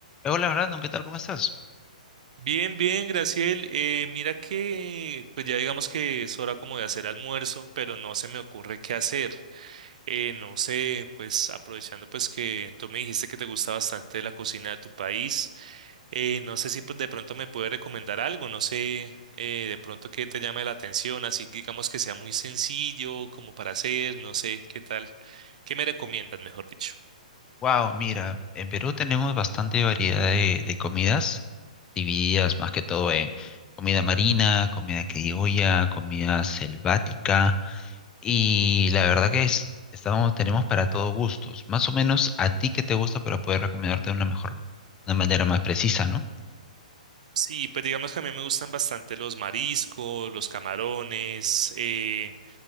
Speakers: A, on the left; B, on the right.
A: Hola, Brandon, ¿qué tal? ¿Cómo estás?
B: Bien, bien, Graciel. Eh, mira que, pues ya digamos que es hora como de hacer almuerzo, pero no se me ocurre qué hacer. Eh, no sé, pues aprovechando pues que tú me dijiste que te gusta bastante la cocina de tu país, eh, no sé si pues, de pronto me puedes recomendar algo, no sé, eh, de pronto que te llame la atención, así que digamos que sea muy sencillo como para hacer, no sé, qué tal, qué me recomiendas, mejor dicho.
A: Wow, mira, en Perú tenemos bastante variedad de, de comidas, divididas más que todo en comida marina, comida criolla, comida selvática, y la verdad que es, estamos, tenemos para todos gustos. Más o menos a ti que te gusta para poder recomendarte de una mejor, una manera más precisa, ¿no?
B: Sí, pues digamos que a mí me gustan bastante los mariscos, los camarones, eh,